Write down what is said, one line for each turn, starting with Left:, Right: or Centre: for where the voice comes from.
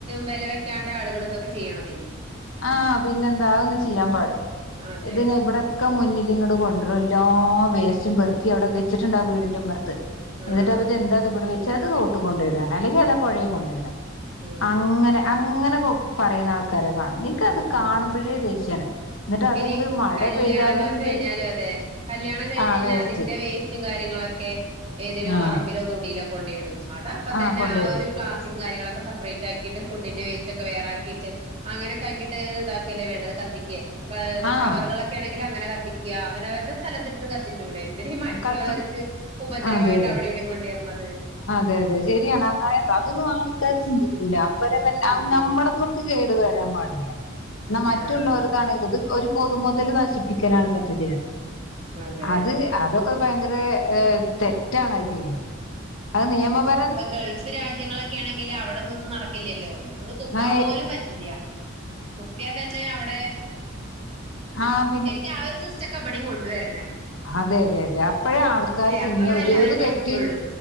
Right: വെലവെക്കാണ്ട ആളുകൾ ഇതൊക്കെ ചെയ്യണതെയ്
Left: ആ പിന്നെന്താ അഒന്നും ചെയ്യാൻ പാടില്ല
Right: അതെ
Left: ഇതിനു വിടെക്കെ മുന്നിൽ ഇങ്ങട് കൊണ്ടാറുളല്ലാ വേസ്റ്റും പെറുക്കി അവിടെ വെച്ചിട്ടുണ്ടാ വീടിന്റെ ഉമ്മറത്ത്
Right: ആഹ്
Left: എന്നിട്ട് എന്താ ഇവിടെ വെ ചിലത് തൊട്ട് കൊണ്ടേ ഇട അല്ലെങ്കിൽ പുഴയെ കൊണ്ടഇടാ
Right: ആഹ്
Left: അങ്ങനെ അങ്ങനെ പറയുന്ന ആൾക്കാരെ കാണാം നിക്ക്ത്
Right: ഉം
Left: കാണുമ്പോഴേ ദേഷ്യാണ് എന്നിട്ട് അത്
Right: പിന്നെ
Left: ഇങ്ങട് മഴ
Right: കല്യാണങ്ങളൊക്കെ
Left: പെയ്താല് ഇങ്ങട്
Right: കഴിഞ്ഞാലും അതെ കല്യാണം കഴിഞ്ഞ്
Left: ആഹ്
Right: കഴിഞ്ഞാൽ
Left: വേസ്റ്റ്
Right: അതിന്റെ വേസ്റ്റും കാര്യങ്ങള നിങ്ങളൊക്കെ ഏതെങ്കില്പറമ്പിലെ
Left: ആഹ്
Right: തൊടിയിലൊ കൊണ്ടേ ഇടും അത് അപ്പത്തന്നെ
Left: ആഹ് കൊണ്ടോയിടും
Right: ആ ഒരു പ്ലാസ്റ്റിക് കാര്യങ്ങളൊക്കെ സപ്പറേറ്റ ആക്കിട്ട് ഫുഡിന്റെ വേസ്റ്റ് ഒക്കെ വേറാക്കിയിട്ട് അങ്ങനെയൊക്കെ ആക്കിയിട്ട് ഇതാക്കല്ലേ വേണ്ടത് കത്തിക്ക്
Left: ആഹ്
Right: ചവറുകളൊക്കെ ആണെങ്കിൽ അങ്ങനെ കത്തി കത്തിക്ക അവൻഅവരുടെ സ്ഥലത്തിട്ട് കത്തി ച്ചുടെ എന്തിനും മറ്റുള്ളവർക്ക്
Left: കത്തി
Right: ഉപദ്രവായിട്ട്
Left: അതെ അതെ
Right: അവിടെ ഇവിടെയും കൊണ്ടുവരന്നത്
Left: അതെ അതെ ശരിയാണ് അങ്ങനെ അതൊന്നും ആൾക്കാര് ചിന്തിക്കൂല അവരെ
Right: ഇല്ല
Left: നമ്മുടെ പേർക്ക് ട് വരാൻ പടില്ല എന്ന മറ്റുള്ളവർക്കാണ്
Right: ആഹ്
Left: ഇത് പൊതുമുതല് നശിപ്പിക്കലാണ് സത്യത്തില്
Right: അതെ
Left: അത് അതൊക്കെ ഭയങ്കര ത് തെറ്റാണ് അത് ചെയ്യണേ അത് നിയമപരമായി
Right: ഇപ്പൊ ഗൾഫ് രാജ്യങ്ങളൊക്കെ ആണെങ്കിൽ അവിടിതൊന്നും നടക്കില്ലല്ലോ ഒന്ന് തുപ്പാൻ
Left: ആ
Right: പോലും പറ്റില്ല തുപ്പിയാ തന്നെ അവിടെ
Left: ആഹ്
Right: ശരിക്ക് ആ ഒരു സിസ്റ്റം ഒക്കെ ഇവിടയും കൊണ്ടുവരണം
Left: അതെതെ അതെ അപ്പഴേ ആൾക്കാര്
Right: അല്ലെ അപ്പളാണ്
Left: പിന്നെ ഒരു
Right: എല്ലാവരും
Left: ഒരു തെറ്റ്
Right: പഠിക്കുള്ളൂ